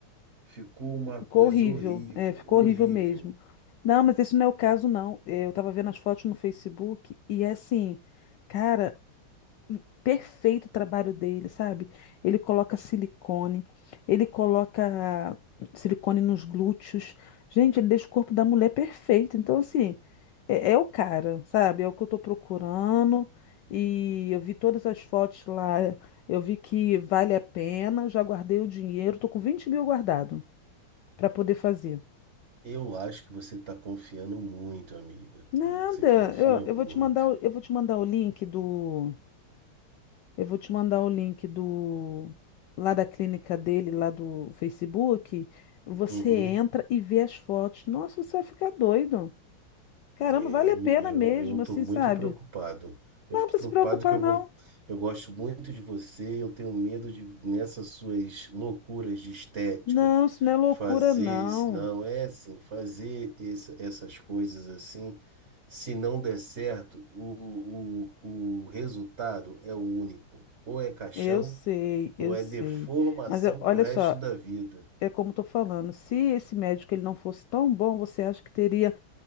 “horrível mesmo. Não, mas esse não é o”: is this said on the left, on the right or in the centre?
Left